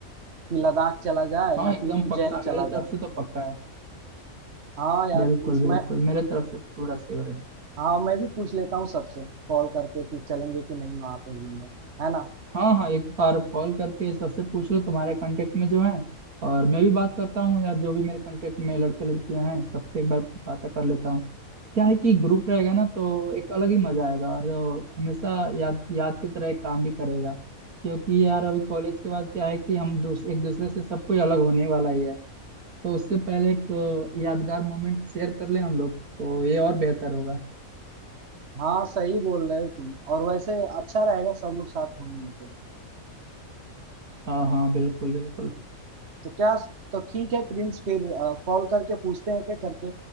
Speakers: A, on the right; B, on the right.
A: कि लद्दाख चला जाए
B: हाँ
A: या
B: एकदम
A: फिर उज्जैन
B: पक्का मेरे
A: चला
B: तरफ
A: जाए
B: से तो पक्का है
A: हाँ यार
B: बिल्कुल
A: इसमें
B: बिल्कुल मेरे तरफ से पूरा सेवर है
A: हाँ मैं भी पूछ लेता हूँ सबसे कॉल करके कि चलेंगे कि नहीं वहाँ पे घूमने है ना
B: हाँ हाँ एक बार कॉल करके सबसे पूछ लो तुम्हारे कांटेक्ट में जो है और मैं भी बात करता हूँ यार जो भी मेरे कांटेक्ट में लड़के लड़कियां हैं सबसे एक बार बात कर लेता हूँ क्या है कि ग्रुप रहेगा ना तो एक अलग ही मजा आएगा और हमेशा याद याद की तरह एक काम भी करेगा क्योंकि यार अभी कॉलेज के बाद क्या है कि हम दूस, एक दूसरे से सब कोई अलग होने वाला ही है तो उससे पहले एक अ, यादगार मोमेंट शेयर कर लें हम लोग तो ये और बेहतर होगा
A: हाँ सही बोल रहे हो तुम और वैसे अच्छा रहेगा सब लोग साथ घूमेंगे तो
B: हाँ हाँ बिल्कुल बिल्कुल
A: तो क्या तो ठीक है प्रिंस फिर कॉल करके पूछते हैं क्या करके